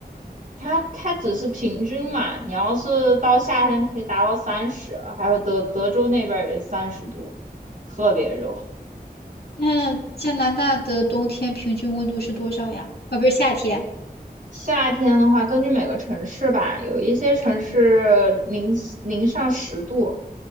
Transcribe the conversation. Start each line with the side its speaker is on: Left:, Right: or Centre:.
Right: 它，它只是平均嘛，你要是到夏天可以达到三十，还有德德州那边儿也三十度，特别热。
Left: 那加拿大的冬天平均温度是多少呀？啊，不是夏天，
Right: 夏天的话，根据每个城市吧，有一些城市呃零零上十度，